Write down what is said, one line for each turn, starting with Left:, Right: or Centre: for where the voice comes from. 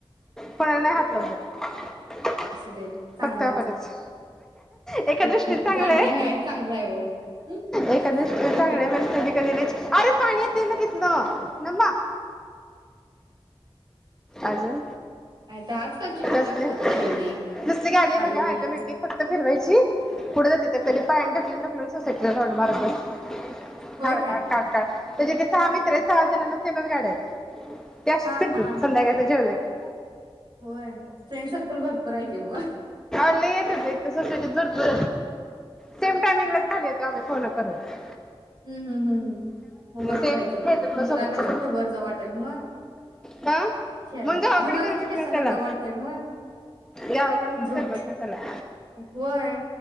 Centre: कोणाला नाही हात लावून देत
Right: असू दे चांगला
Centre: फक्त आपणच
Right: आहे
Centre: एका
Right: तेच
Centre: दृष्टीने
Right: की
Centre: चांगलय.
Right: बॉन्डिंग आहे चांगला आहे हो हम्म
Centre: एकादशीचा
Right: होय
Centre: चांगला
Right: काय नाही
Centre: आहे पण कधी -कधी अरे पाणी येते ना तिथं थांबा अजून
Right: नाही तर आजकालची कुठे
Centre: कसले
Right: पोरं एवढी
Centre: कसली गाडी आहे
Right: आई
Centre: बघा ऑटोमॅटिक फक्त फिरवायची पुढे जाते कधी पायाने ढकलून ढकलून सोसायटीचा झाडू मारत बसले
Right: होय
Centre: खाडखाड
Right: काय
Centre: टाक टाक त्याचे ते सहा मित्र सहा जणांना सेमच गाड्या येत ते असेच
Right: हा
Centre: फिरतो
Right: हा हा
Centre: संध्याकाळच्या जेवल्यावर
Right: होय फ्रेंड सर्कल भरपूर आहे किं, मग
Centre: लय येत होते सोसायटीत भरपूर सेम टाइमिंग ला खाली येतो बोलत खरंच
Right: हु, हु मग बरोबर
Centre: सेम
Right: आहे की
Centre: खेळतात मग
Right: मुलांना
Centre: सोबत सोबत
Right: तर कुठे वर जाऊ वाटत मंग
Centre: का
Right: खेळायला
Centre: मग गावाकडे
Right: मुलांना
Centre: करमत
Right: तर
Centre: नाही
Right: कशाला
Centre: त्याला
Right: जाऊ वाटतय मग
Centre: गावाकडे मग
Right: झोप
Centre: करमत नाही त्याला
Right: व्हय